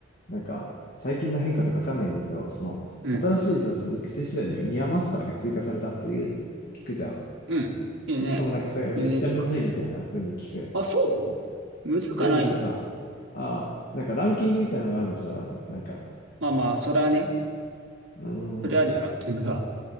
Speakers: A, on the left (about 50°); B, on the right (about 80°).
A: なんか最近の変化とかわかんないんだけど、その、
B: うん。
A: 新しいさ、その育成シナリオ、ニアマスターが追加されたっていう、聞くじゃん。
B: うん。いいね。
A: で、しかもなんかそれめっちゃむずいみたいな風に聞く。
B: いいねっていうか。あ、そうむずかないよ。
A: え、なんか、ああ、なんかランキングみたいなのがあるんですよ。なんか、
B: まあまあ、それはね。
A: うーん。
B: それあるよ、ランキングが。